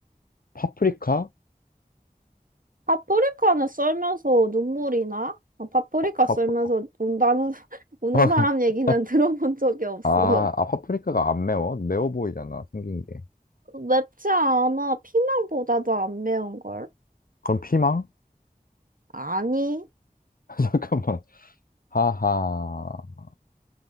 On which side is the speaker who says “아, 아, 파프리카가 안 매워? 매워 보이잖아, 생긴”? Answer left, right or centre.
Left